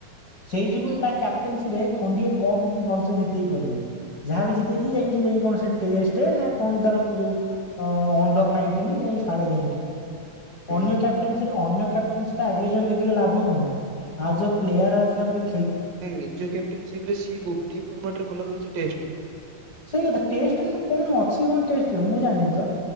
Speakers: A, on the left; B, on the right.
A: ସେଇ ଯୁଗୁରୁ ତା କ୍ୟାପ୍ଟେନସି ରେ ଖଣ୍ଡିଏ କପ୍ ବି ଭଲସେ ଜିତେଇ ପାରୁନି। ଯାହା ବି ଜିତେଇଛି ଯାଇକି ଯାଇ କଣ ସେ ଟେଷ୍ଟ ନା କଣ ତାର ଯୋଉ ଅଣ୍ଡର ନାଇଟିନ ସାଡେ ଯାଇକି
B: ହୁଁ।
A: ଅନ୍ୟ କ୍ୟାପ୍ଟେସି ରେ, ଅନ୍ୟ କ୍ୟାପ ଟ୍ରିନ୍ସ ଟା ଆଗେଇ ଯିବା ଦେଖିଲେ ଲାଭ କଣ? ଆଜ୍ ଅ ପ୍ଲେୟାର ଆସିବା ପରେ
B: ନାଇଁ ନିଜ କ୍ୟାପ୍ଟେନସିପ ରେ ସିଏ ଗୋଟଏ ଫର୍ମାଟ ରେ ଭଲ କରିଛି ଟେଷ୍ଟରେ।
A: ସେଇ କଥା ଟେଷ୍ଟ ମାନେ କଣ ଅ ସିଏ କଣ ଟେଷ୍ଟ୍ ରେ, ମୁଁ ଜାଣିନି ତ